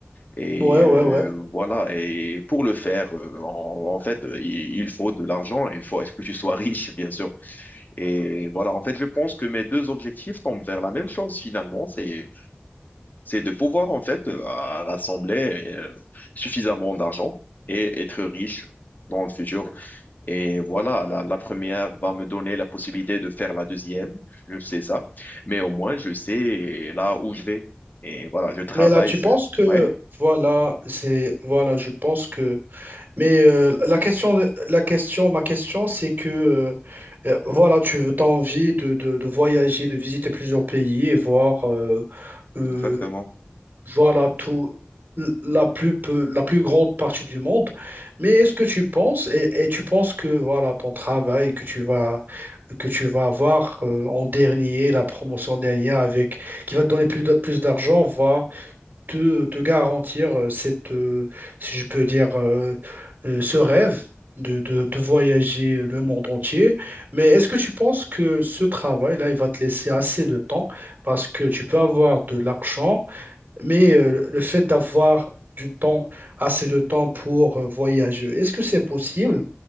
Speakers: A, on the left (about 45°); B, on the right (about 45°).
A: Et
B: Ouais,
A: euh,
B: ouais, ouais.
A: voilà. Et pour le faire, euh, en, en fait, euh, il, il faut de l'argent. Il faut, est-ce que tu sois <laughs> riche, bien sûr. Et voilà. En fait, je pense que mes deux objectifs tombent vers la même chose finalement. C'est c'est de pouvoir en fait euh, à rassembler euh, suffisamment d'argent et être riche dans le futur. Et voilà, la, la première va me donner la possibilité de faire la deuxième, je sais ça, mais au moins je sais là où je vais. Et voilà, le travail,
B: Mais là, tu
A: c'est...
B: penses que,
A: Ouais,
B: voilà, c'est, voilà, je pense que, mais euh, la question, la question, ma question, c'est que, euh, euh, voilà, tu as envie de, de, de voyager, de visiter plusieurs pays et voir euh, euh,
A: exactement.
B: Voilà tout, la plus, peu- la plus grande partie du monde. Mais est-ce que tu penses, et, et tu penses que voilà ton travail que tu vas, que tu vas avoir euh, en dernier, la promotion dernière avec, qui va te donner plus, de- plus d'argent, va te, te garantir euh, cette, euh, si je peux dire, euh, euh, ce rêve de, de, de voyager le monde entier. Mais est-ce que tu penses que ce travail-là, il va te laisser assez de temps parce que tu peux avoir de l'argent mais euh, le fait d'avoir du temps, assez de temps pour euh, voyager, est-ce que c'est possible